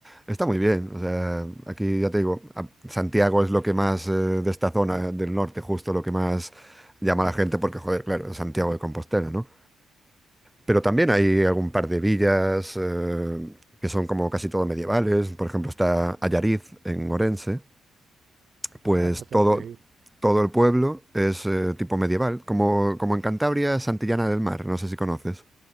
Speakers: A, in the centre; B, on the right.
A: está muy bien. O sea, aquí ya te digo, a- Santiago es lo que más eh, de esta zona del norte, justo lo que más llama a la gente porque, joder, claro, es Santiago de Compostela, ¿no? Pero también hay algún par de villas eh, que son como casi todo medievales. Por ejemplo, está Allariz en Orense pues
B: Ah, eso tengo
A: todo,
B: que ir.
A: todo el pueblo es eh, tipo medieval, como, como en Cantabria, Santillana del Mar, no sé si conoces.